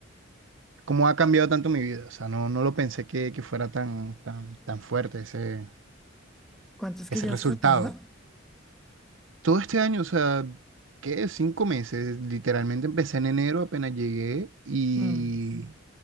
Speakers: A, on the right; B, in the centre.
A: cómo ha cambiado tanto mi vida. O sea, no, no lo pensé que, que fuera tan, tan, tan fuerte ese,
B: ¿Cuántos
A: ese
B: que llevas
A: resultado.
B: trotando?
A: Todo este año, o sea, ¿qué? Cinco meses. Literalmente empecé en enero, apenas llegué y,
B: Mm,